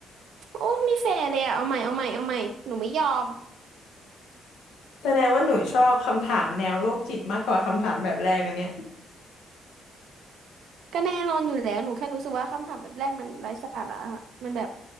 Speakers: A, on the right; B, on the left.
A: โอ้ไม่แฟร์เลยอะเอาใหม่เอาใหม่เอาใหม่หนูไม่ยอม
B: แสดงว่าหนูชอบคำถามแนวโรคจิตมากกว่าคำถามแบบแรกอันเนี้ย
A: ก็แน่นอนอยู่แล้วหนูแค่รู้สึกว่าคำถามแบบแรกมันไร้สาระอะมันแบบ